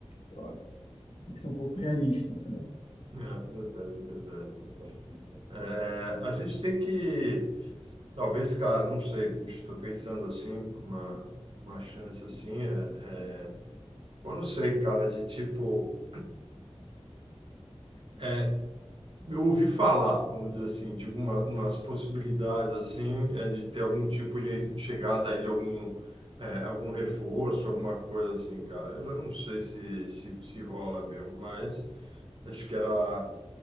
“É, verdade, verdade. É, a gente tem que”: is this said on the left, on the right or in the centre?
Right